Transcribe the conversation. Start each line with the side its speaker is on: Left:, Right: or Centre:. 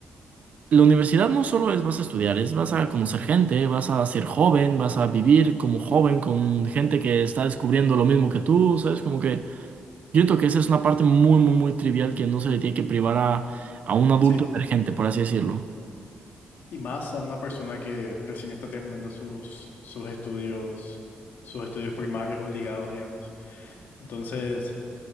Right: La universidad no solo es vas a estudiar, es vas a conocer gente, vas a ser joven, vas a vivir como joven con gente que está descubriendo lo mismo que tú, ¿sabes? Como que yo creo que esa es una parte muy, muy, muy trivial que no se le tiene que privar a, a un adulto
Left: sí.
Right: emergente, por así decirlo.
Left: Y más a una persona que recién está terminando sus, sus estudios, sus estudios primarios obligados, digamos. Entonces,